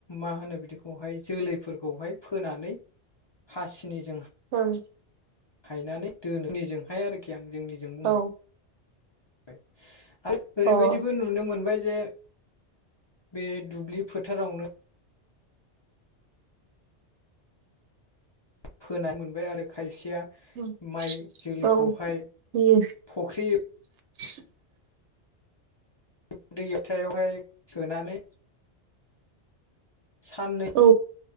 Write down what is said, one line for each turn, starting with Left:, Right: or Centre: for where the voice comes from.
Left: माहोनो बिदिखौहाय जोलैफोरखौहाय फोनानै हासिनिजों
Right: ओं
Left: हायनानै <unintelligible> जोंनिजों <unintelligible>
Right: औ
Left: <inaudible> <unintelligible> ओरैबायदिबो
Right: अ
Left: नुनो मोनबाय जे, बे दुब्लि फोथारावनो फोना मोनबाय आरो खायसे या
Right: उम
Left: माइ जोलैखौहाय,
Right: औ होयो
Left: फख्रि
Right: <inaudible>
Left: <unintelligible> सोनानै साननै
Right: औ